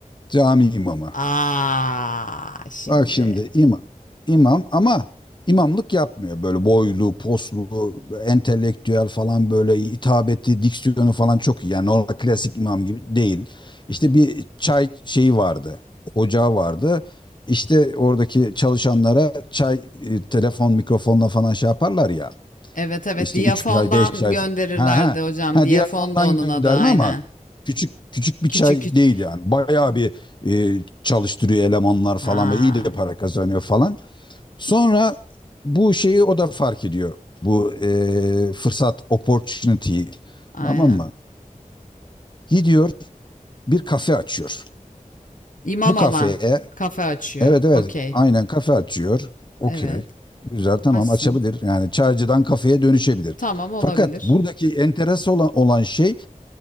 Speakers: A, on the left (about 35°); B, on the left (about 70°).
A: cami imamı.
B: Aa şimdi.
A: Bak şimdi imam. İmam ama imamlık yapmıyor. Böyle boylu, poslu, entelektüel falan böyle hitabeti, diksiyonu falan çok iyi. Yani normal klasik imam gibi değil. İşte bir çay şeyi vardı. Ocağı vardı. İşte oradaki çalışanlara çay, e, telefon, mikrofonla falan şey yaparlar ya.
B: Evet evet
A: İşte
B: Diyafon'dan
A: 3 çay, 5 çay.
B: gönderirlerdi
A: Ha ha.
B: hocam.
A: Ha
B: Diyafon
A: diğer fondan
B: da onun
A: gönderme
B: adı aynen.
A: ama küçük küçük bir
B: Küçük
A: çay
B: küçük.
A: değil yani. Bayağı
B: Hı.
A: bir e, çalıştırıyor elemanlar falan
B: Ha,
A: ve iyi de para kazanıyor falan. Sonra bu şeyi o da fark ediyor. Bu e, fırsat opportunity'yi
B: aynen.
A: tamam mı? Gidiyor bir kafe açıyor.
B: İmam
A: Bu kafeye
B: olan kafe açıyor.
A: evet evet
B: Okey.
A: aynen kafe açıyor. Okey.
B: Evet.
A: Güzel tamam
B: Açsın.
A: açabilir. Yani çaycıdan kafeye dönüşebilir.
B: Tamam olabilir.
A: Fakat buradaki enteres olan, olan şey